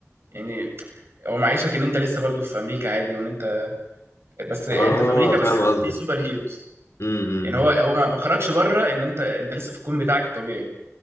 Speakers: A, on the right; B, on the left.
A: يعني هو معيشك ان انت لسه برضه في امريكا عادي وان انت بس انت
B: اه
A: في امريكا
B: فاهم
A: بس
B: قصدك
A: في سوبر هيروز
B: امم امم
A: يعني
B: أمم.
A: هو هو ما ما خرجش بره ان انت انت لسه في الكون بتاعك الطبيعي